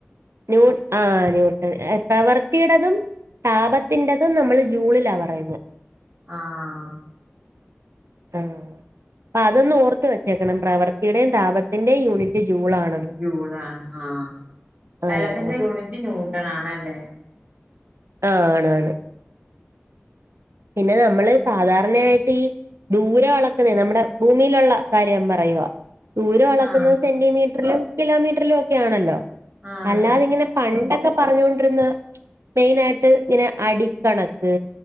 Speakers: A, on the right; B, on the right.
A: ന്യൂട്ട് ആ ന്യൂട്ടൺ പ്രവർത്തിയുടെതും താപത്തിന്റെതും നമ്മള് ജൂളിലാ പറയുന്നത്
B: ആഹ്
A: ആഹ് അതൊന്ന് ഓർത്ത് വെച്ചേക്കണം പ്രവൃത്തിയുടെയും താപത്തിന്റെയും യൂണിറ്റ് ജൂളാണ്
B: ജൂളാണ് ആഹ്
A: ആഹ്
B: ബലത്തിന്റെ യൂണിറ്റ് ന്യൂട്ടൺ ആണല്ലേ
A: ആഹ് ആണ് ആണ് പിന്നെ നമ്മള് സാധാരണയായിട്ട് ഈ ദൂര അളക്കുന്നേ നമ്മുടെ ഭൂമിയിലുള്ള കാര്യം പറയോ ദൂരം അളക്കുന്നത്
B: ആഹ്
A: സെന്റിമീറ്ററിലും കിലോമീറ്ററിലും ഒക്കെ ആണല്ലോ
B: ആഹ്
A: അല്ലാതിങ്ങനെ
B: അതെ
A: പണ്ടൊക്കെ പറഞ്ഞോണ്ടിരുന്ന മെയിൻ ആയിട്ട് ഇങ്ങനെ അടിക്കണക്ക്